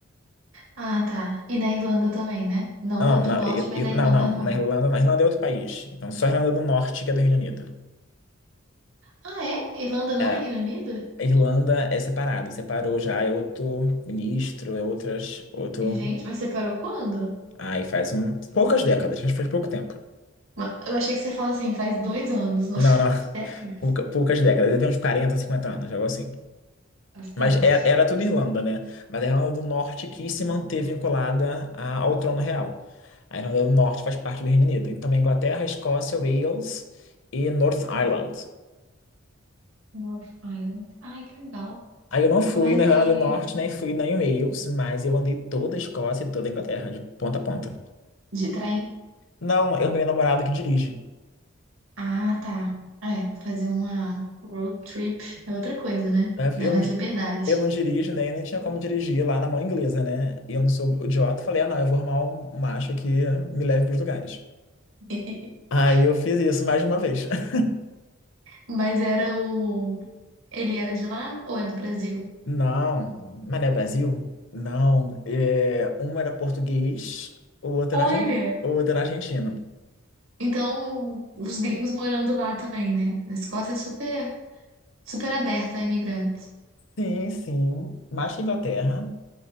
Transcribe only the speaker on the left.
Não,
não,
eu-
eu-
não,
não,
na Irlanda, na Irlanda é outro país. Então só a Irlanda do Norte que é do Reino Unido.
É,
A Irlanda é separado, separou já, é outro ministro, é outras, outro.
Aí faz um, poucas décadas, acho que faz pouco tempo.
Não,
não, <laughs>
pouca- poucas décadas, deve ter uns 40, 50 anos, algo assim.
Mas era, era tudo Irlanda, né? Mas a Irlanda do Norte quis se manter vinculada a- ao trono real. A Irlanda do Norte faz parte do Reino Unido. Então, a Inglaterra, Escócia, Wales e North Ireland.
Aí eu não fui
na
Irlanda do Norte, nem fui na em Wales, mas eu andei toda a Escócia e toda a Inglaterra, de ponta a ponta.
Não, eu tenho namorado que dirige.
né?
Eu
não, di-
eu não dirijo, né? Nem tinha como dirigir lá na mão inglesa, né? E eu não sou idiota. Falei, ah, não, eu vou arrumar um um macho que me leve pros lugares.
Aí eu fiz isso mais de uma vez. <laughs>
Não, mas não é Brasil? Não. É, um era português, o outro
era, argen- o outro era argentino.
Sim, sim. Mas da Inglaterra.